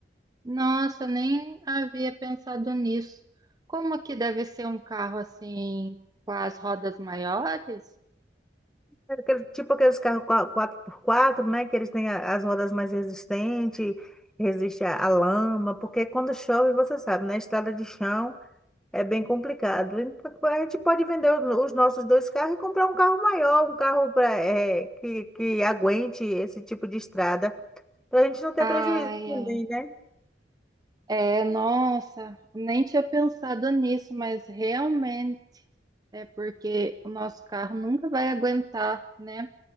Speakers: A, on the right; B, in the centre.
A: Nossa, eu nem havia pensado nisso. Como que deve ser um carro assim, com as rodas maiores?
B: Aquele- tipo aqueles carros qua- quatro por quatro, né? Que eles têm a- as rodas mais resistentes, resiste à à lama, porque quando chove, você sabe, né? Estrada de chão. É bem complicado. A gente pode vender o- os nossos dois carros e comprar um carro maior, um carro pra, é, que, que aguente esse tipo de estrada, para a gente não ter
A: Ai,
B: prejuízo também,
A: é.
B: né?
A: É, nossa, nem tinha pensado nisso, mas realmente é porque o nosso carro nunca vai aguentar, né?